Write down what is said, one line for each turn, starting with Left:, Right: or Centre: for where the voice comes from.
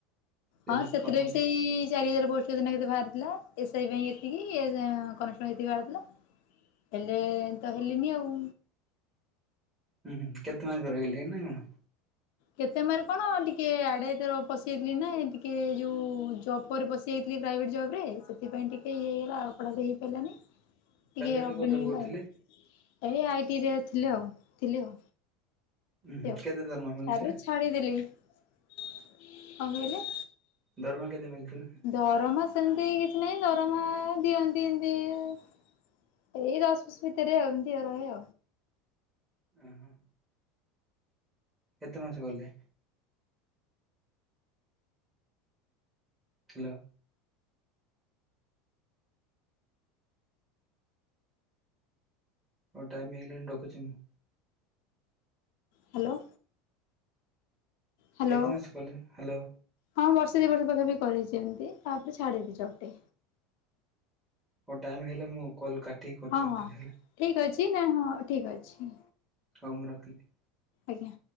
Right: କେଜାଣି
Left: ହଁ ସେଥିରେ
Right: କଣ ହଉଛି।
Left: ବି ସେଇ ଚାରି ହଜାର ପୋ କେତେ କେତେ ବାହାରିଥିଲା ଏସଆଇ ପାଇଁ ଏତିକି କନଷ୍ଟବଳ ପାଇଁ ଏତିକି ବାହାରିଥିଲା। ହେଲେ ତ ହେଲିନି ଆଉ।
Right: ହୁଁ ହୁ କେତେ ମାର୍କ ରହିଲେ ନା କଣ।
Left: କେତେ ମାର୍କ କଣ ଟିକେ ଆଡେ ଏଥର ପଶିଆଥିଲି ନା ଟିକେ ଯୋଉ ଜବ୍ ପରେ ପଶିଯାଇଥିଲ ପ୍ରାଇଭେଟ୍ ଜବ ରେ ସେଥିପାଇ ଟିକେ ଇଏ ହେ ତ ଅପଡ଼ା ହେଇ ପାରିଲାନି
Right: ପ୍ରାଇଭେଟରେ
Left: ଟିକେ ଅପଡିନିଲା
Right: କୋଉ ଜବ୍ କରୁଥିଲେ?
Left: ହେଲା। ଏଇ ଆଇ ଟି ରେ ଥିଲ ଆଉ ଥିଲି ଆଉ।
Right: ଉଁ ହୁଁ
Left: ଲି
Right: କେତେ ଦରମା ମିଳୁଥିଲା
Left: ତାପରେ ଛାଡିଦେଲି କଣ କହିଲେ?
Right: ଦରମା କେତେ ମିଳୁଥିଲା।
Left: ଦରମା ସେମିତି କିଛି ନାହିଁ ଦରମା ଦିଅନ୍ତି ଏମିତି ଅ ଏଇ ଦଶ ବଶ ଭିତରେ ଏମିତି ଆଉ ରହେ।
Right: ଓହୋ। କେତେ ମାସ ଗଲେ। ହ୍ୟାଲୋ। ହଉ ଟାଇମ୍ ହେଇଗଲାଣି ରଖୁଛି ମୁଁ।
Left: ହ୍ୟାଲୋ। ହ୍ୟାଲୋ
Right: କେତେ ମାଛ କଲେ ହ୍ୟାଲୋ।
Left: ହଁ ବର୍ଷେ ଦି ବର୍ଷ ପାଖା ପାଖି ବି କରିଛି ଏମିତି ତାପରେ ଛାଡି ଦେଲି ଜବ ଟି।
Right: ହଉ ଟାଇମ ହେଇଲା ମୁଁ କଲ୍ କରୁଛି
Left: ହଁ
Right: ଆଉଥରେ
Left: ହଁ
Right: ହେଲା
Left: ଠିକ ଅଛି ନା ହଁ ଠିକ ଅଛି।
Right: ହଉ ମୁଁ ରଖିଲି।
Left: ଆଜ୍ଞା।